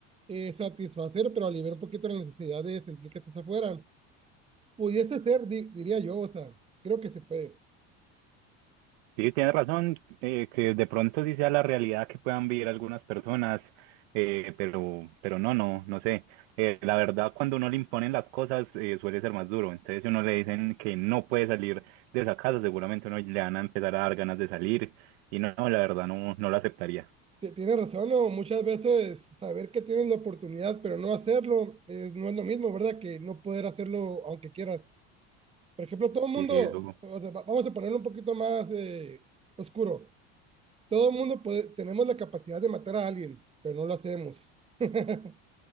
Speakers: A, on the right; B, on the right.
A: eh, satisfacer, pero aliviar un poquito la necesidad de sentir que estás afuera. Pudiese ser, di- diría yo, o sea, creo que se puede.
B: Sí, tienes razón, eh, que de pronto sí sea la realidad que puedan vivir algunas personas, eh, pero, pero no, no, no sé. Eh, la verdad, cuando uno le imponen las cosas, eh, suele ser más duro. Entonces, si uno le dicen que no puede salir de esa casa, seguramente uno le van a empezar a dar ganas de salir. Y no, no, la verdad, no, no lo aceptaría.
A: Ti- Tienes razón, ¿no? Muchas veces saber que tienes la oportunidad, pero no hacerlo, es- no es lo mismo, ¿verdad? Que no poder hacerlo aunque quieras. Por ejemplo, todo el mundo,
B: Sí, sí, eso,
A: o sea, va- vamos a ponerlo un poquito más eh, oscuro. Todo el mundo puede- tenemos la capacidad de matar a alguien, pero no lo hacemos. <laughs>